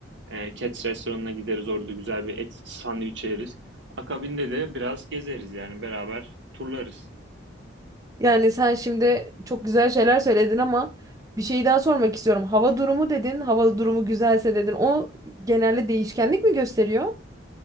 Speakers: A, on the right (about 60°); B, on the right (about 15°).
A: E, Cats restoranına gideriz orada güzel bir et sandviç yeriz. Akabinde de biraz gezeriz yani beraber turlarız.
B: Yani sen şimdi çok güzel şeyler söyledin ama bir şey daha sormak istiyorum. Hava durumu dedin, hava durumu güzelse dedin. O genelde değişkenlik mi gösteriyor?